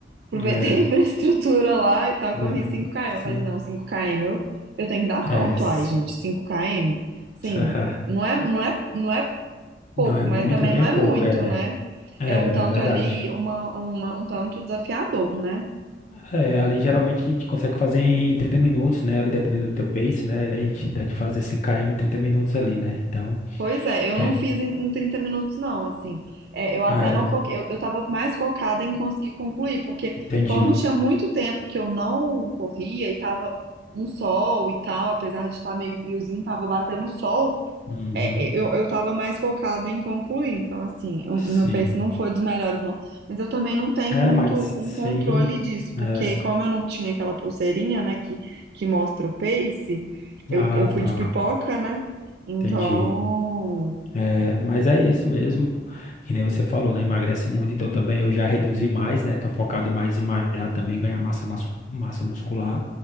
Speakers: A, on the right; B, on the left.
A: aproveitei
B: é,
A: a <laughs> infraestrutura lá e tal,
B: não,
A: corri cinco km.
B: sim,
A: Eu falei assim, não, cinco km eu, eu tenho que dar
B: é,
A: conta,
B: sim.
A: ai, gente, cinco km. Sim,
B: <laughs>
A: não é, não é, não é pouco,
B: Não é muito,
A: mas também
B: nem
A: não
B: é
A: é
B: pouco,
A: muito,
B: é,
A: né?
B: é,
A: É um tanto
B: é verdade.
A: ali, uma, uma- um tanto desafiador, né?
B: É, ali geralmente a gente consegue fazer em 30 minutos, né? Ali dependendo do teu pace, né? A gente dá de fazer cinco km em trinta minutos ali, né? Então,
A: Pois é, eu não
B: é,
A: fiz em, em 30 minutos, não, assim. É, eu até
B: ah, é,
A: não foquei, eu, eu tava mais focada em conseguir concluir, porque
B: entendi.
A: como tinha muito tempo que eu não corria e tava um sol e tal, apesar de estar meio friozinho, tava batendo sol,
B: Uhum,
A: É, é, eu, eu tava mais focada em concluir, então assim, o
B: sim.
A: o meu pace não foi dos melhores, não. Mas eu também não tenho
B: É,
A: muito
B: mas
A: um
B: sim,
A: controle disso, porque
B: é.
A: como eu não tinha aquela pulseirinha, né, que, que mostra o pace, eu,
B: Ah,
A: eu fui
B: tá,
A: de pipoca, né? Então,
B: entendi. É, mas é isso mesmo, que nem você falou, né? Emagrece muito, então também eu já reduzi mais, né? Tô focado mais em malhar também, ganhar massa, mas- massa muscular.